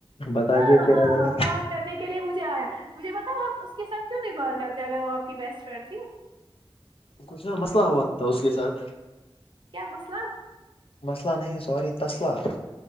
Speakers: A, on the left; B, on the right.
A: بتائیے
B: ہاں
A: پھر
B: ہاں
A: اگر
B: ہاں بات کرنے کے لیے مجھے آیا مجھے بتاؤ آپ اس کے ساتھ کیوں نہیں بات کرتے اگر وہ آپ کی بیسٹ فرینڈ تھی
A: کچھ نا مسئلہ ہوا تھا اس کے ساتھ
B: کیا مسئلہ
A: مسئلہ نہیں سوری تسلح